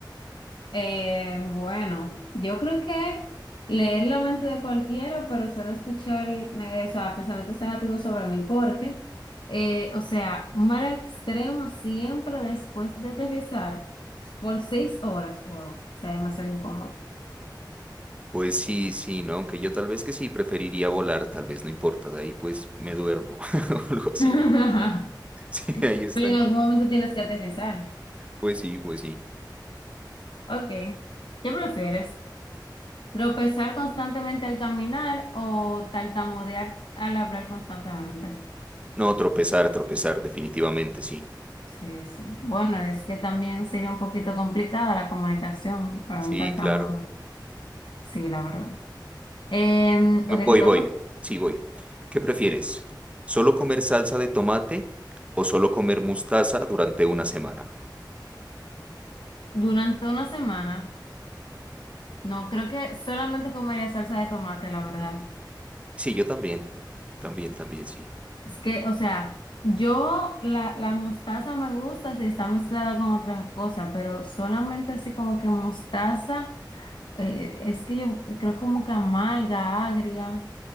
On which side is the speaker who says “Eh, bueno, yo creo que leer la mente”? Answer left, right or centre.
Left